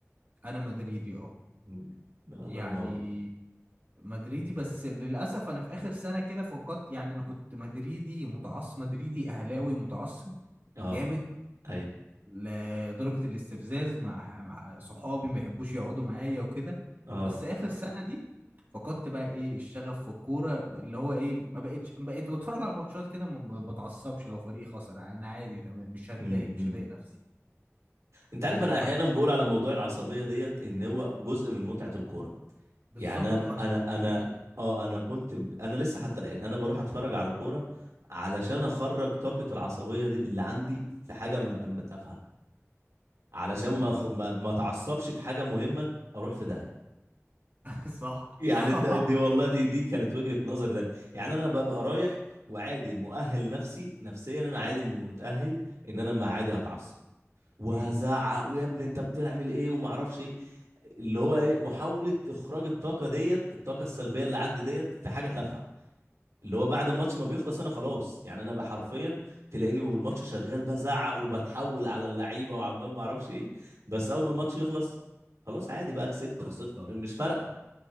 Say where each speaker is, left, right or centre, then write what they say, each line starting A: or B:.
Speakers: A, on the right (about 40°); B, on the right (about 85°).
A: انا مدريدي اه
B: مم. الله
A: يعني
B: ينور
A: مدريدي بس للاسف انا في اخر سنه كده فقدت يعني انا كنت مدريدي متعصب مدريدي اهلاوي متعصب
B: اه
A: جامد
B: ايوه
A: لدرجه الاستفزاز مع مع صحابي ما يحبوش يقعدوا معايا وكده
B: اه
A: بس اخر سنه دي فقدت بقى ايه الشغف في الكوره اللي هو ايه ما بقتش بقيت بتفرج على الماتشات كده ما بتعصبش لو فريقي خسر يعني انا عادي تمام مش هتضايق
B: امم
A: مش
B: أمم.
A: هضايق نفسي
B: انت عارف
A: آه
B: انا احيانا بقول على موضوع العصبيه ديت ان هو جزء من متعه الكوره
A: فبالظبط
B: يعني انا
A: اه انا
B: انا
A: كنت بحب
B: انا
A: كده
B: اه انا كنت ب... انا لسه حتى الان انا بروح اتفرج على كوره علشان اخرج طاقه العصبيه دي اللي عندي في حاجه م- م- تافهه علشان
A: امم
B: ما أخ-
A: فاهم
B: ما ما اتعصبش في حاجه مهمه اروح في داهيه
A: <laughs> صح
B: يعني
A: صح
B: انت دي والله دي دي كانت وجهة نظر تاني يعني انا ببقى رايح وعادي مؤهل نفسي نفسيا انا عادي متأهل ان انا ما عادي هتعصب وهزعق
A: امم
B: ويا ابني انت بتعمل ايه وما اعرفش ايه اللي هو ايه محاولة اخراج الطاقة ديت الطاقة السلبية اللي عندي ديت في حاجة تافهة اللي هو بعد الماتش ما بيخلص انا خلاص يعني انا بقى حرفيا تلاقيني والماتش شغال بزعق وبتحول على اللعيبة وعمال ما اعرفش ايه بس اول ما الماتش يخلص خلاص عادي بقى كسبت
A: خلاص
B: خسرت
A: دان
B: مش فارقة